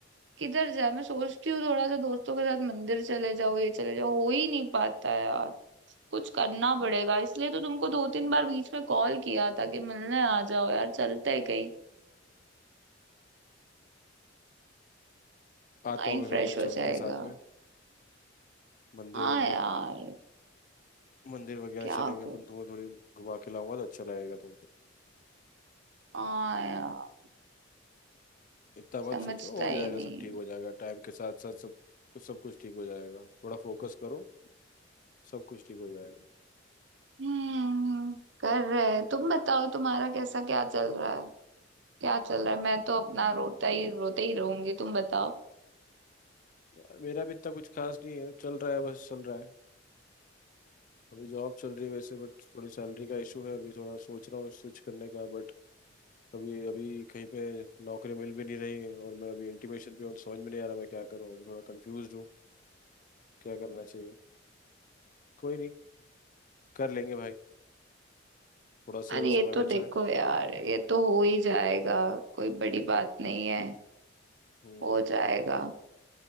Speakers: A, on the right (about 65°); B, on the left (about 45°).
A: किधर जाए मैं सोचती हूँ थोड़ा सा दोस्तों के साथ मंदिर चले जाओ ये चले जाओ हो ही नहीं पाता है यार कुछ करना पड़ेगा इसलिए तो तुमको दो तीन बार बीच में कॉल किया था कि मिलने आ जाओ यार चलते हैं कहीं
B: आता
A: माइंड
B: हूँ मैं
A: फ्रेश
B: फिर अपन
A: हो
B: चलते
A: जाएगा
B: साथ में मंदिर
A: हाँ
B: मंदिर
A: यार
B: मंदिर वगैरह
A: क्या
B: चलेंगे
A: करूँ
B: अपन तुम्हें थोड़ी घुमा के लाऊंगा तो अच्छा लगेगा तुमको
A: हाँ यार
B: इतना मत
A: समझता
B: सोचो हो
A: ही
B: जाएगा
A: नहीं
B: सब ठीक हो जाएगा टाइम के साथ साथ सब सब कुछ ठीक हो जाएगा थोड़ा फोकस करो सब कुछ ठीक हो जाएगा
A: हम्म कर रहे तुम बताओ तुम्हारा कैसा क्या चल रहा है क्या चल रहा है मैं तो अपना रोता ही रोते ही रहूंगी तुम बताओ
B: यार मेरा भी इतना कुछ खास नहीं है चल रहा है बस चल रहा है अभी जॉब चल रही है वैसे बट थोड़ी सैलरी का इशू है अभी थोड़ा सोच रहा हूँ स्विच करने का बट अभी अभी कहीं पे नौकरी मिल भी नहीं रही है और मैं अभी इंटीमेशन पे हूँ तो समझ में नहीं आ रहा मैं क्या करूँ अभी थोड़ा कंफ्यूज हूँ क्या करना चाहिए कोई नहीं कर लेंगे भाई थोड़ा सही
A: अरे
B: और समय
A: ये तो
B: बचा
A: देखो
B: है
A: यार ये तो हो ही जाएगा कोई बड़ी बात नहीं है
B: हम्म
A: हो जाएगा